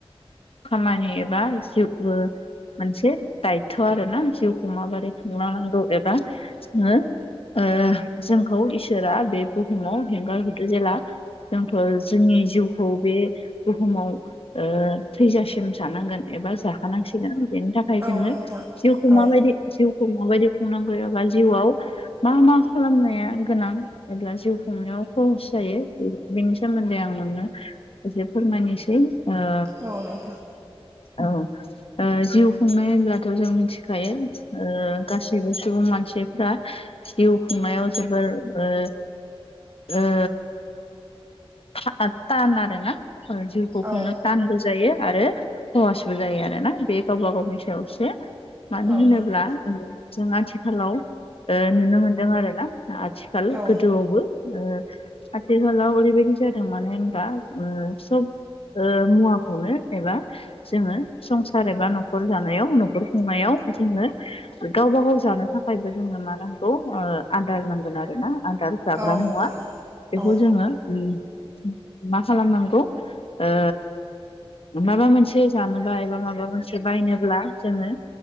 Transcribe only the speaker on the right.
औ
नोंथां
औ
औ नोंथां
औ
औ
नोंथां
औ
औ नोंथां
औ